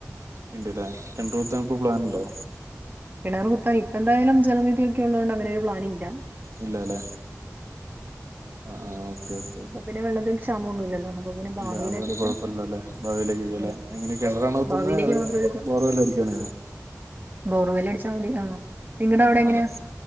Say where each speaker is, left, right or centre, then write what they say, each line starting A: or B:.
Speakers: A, on the right; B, on the right.
A: ഇണ്ട്ല്ലേ കെൺര്രുത്താൻ ഇപ്പോ പ്ലാനുണ്ടോ?
B: കെണറ് കുത്താൻ ഇപ്പെന്തായാലും ജലനിധിയൊക്ക്യള്ളോണ്ട് അങ്ങനൊരു പ്ലാനില്ല.
A: ഇല്ല ല്ലേ ആഹ് ആഹ് ഓക്കെ ഓക്കെ
B: അപ്പൊ പിന്നെ വെള്ളത്തിന് ക്ഷാമൊന്നുമില്ലല്ലോ അപ്പൊ പിന്നെ ഭാവിയിലേക്കൊക്കെ
A: ഇല്ല അതോണ്ട് കൊഴപ്പല്ല ല്ലേ ഭവിയില് <unintelligible>
B: ഇടാം
A: അങ്ങനെ കെണറാണോത്തുന്ന
B: ഭാവിയിലേക്ക്
A: അതൊരു
B: മാത്രം
A: ബോർവെല്ലടിക്ക <unintelligible>
B: ബോർവല്ലാടിച്ചാമതി ആഹ് നിങ്ങടെ
A: ആഹ്
B: അവിടെ എങ്ങനെയാ
A: അതെ